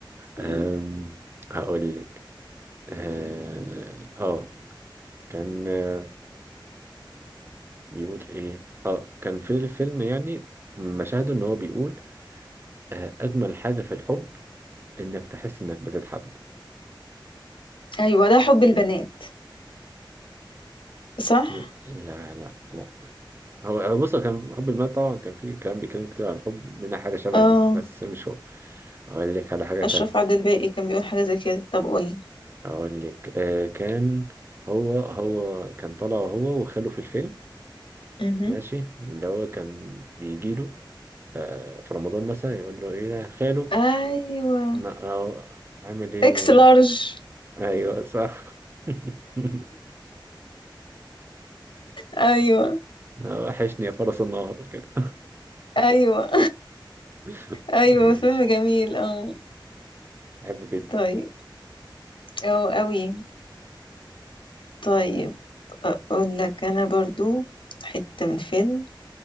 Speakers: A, on the right; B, on the left.
A: أم
B: مم.
A: هقول لك اه آه، كان آه، بيقول ايه اه كان في الفيلم يعني مشاهده ان هو بيقول آه، اجمل حاجة في الحب انك تحس انك بتتحب
B: ايوه ده حب البنات صح
A: لا لا لا لا. هو هو بص هو كان حب المال طبعا كان فيه كلام بيتكلم كتير عن الحب منها حاجة شبه
B: اه
A: دي بس مش هو اقول لك على حاجة تانية
B: اشرف عبد الباقي كان بيقول حاجه زي كده طب قولي
A: اقول لك آه كان هو هو كان طالع هو وخاله في الفيلم
B: مهم.
A: ماشي اللي هو كان بيجيله آه، في رمضان مثلا يقول له ايه ده خاله
B: ايوه
A: لا أهو، عامل ايه
B: اكس لارج
A: ايوه صح <laughs>
B: ايوه
A: لا، وحشني يا فرس النهر كده
B: ايوه
A: <laughs>
B: ايوه
A: ماشي
B: فيلم جميل اه
A: بحبه جدا
B: طيب او قوي طيب اقول لك انا برضو حته من فيلم